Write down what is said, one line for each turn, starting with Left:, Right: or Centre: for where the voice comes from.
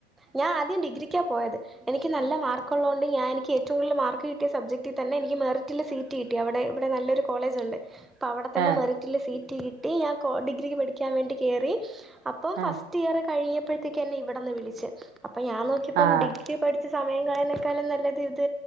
Centre: ഞാൻ ആദ്യം ഡിഗ്രിക്കാ പോയത്. എനിക്ക് നല്ല മാർക്കുള്ളോണ്ട് ഞാൻ എനിക്ക് ഏറ്റവും കൂടുതൽ മാർക്ക് കിട്ടിയ, സബ്ജക്റ്റിൽ തന്നെ എനിക്ക് മാർ റ്റില് സീറ്റ് കിട്ടി. അവിടെ ഇവിടെ നല്ലൊരു കോളേജുണ്ട്. അപ്പം അവിടെത്തന്നെ
Right: ആഹ്
Centre: മെറിറ്റില് സീറ്റ് കിട്ടി. ഞാൻ കോ ഡിഗ്രിക്ക് പഠിക്കാൻ വേണ്ടി കേറി. അപ്പം
Right: ആഹ്
Centre: ഫസ് റ്റിയർ കഴിഞ്ഞപ്പെഴ്തേക്ക് എന്നെ ഇവിടെന്ന് വിളിച്ച്. അപ്പൊ ഞാന് നോക്കിയപ്പം
Right: ആഹ്
Centre: ഡിഗ്രി ഒക്കെ പഠിച്ച് സമയം കളയ്ണക്കാളും നല്ലത് ഇത്.